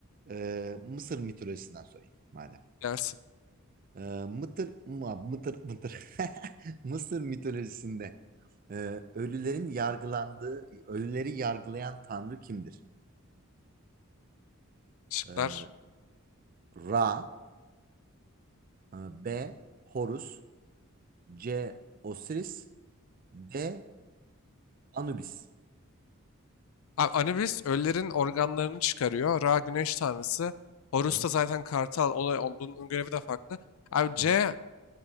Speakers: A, on the right (about 40°); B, on the left (about 65°).
A: Ee, Mısır mitolojisinden sorayım madem.
B: Gelsin.
A: Ee, Mıtır, ma- Mıtır, Mıtır. <laughs> Mısır mitolojisinde e, ölülerin yargılandığı, ölüleri yargılayan tanrı kimdir?
B: Şıklar.
A: Ee, Ra, e, B. Horus, C. Osiris, D. Anubis.
B: Abi Anubis ölülerin organlarını çıkarıyor. Ra güneş tanrısı. Horus
A: Hı hı,
B: da zaten kartal. Olay, o- bunun görevi de farklı. Abi C
A: hı hı.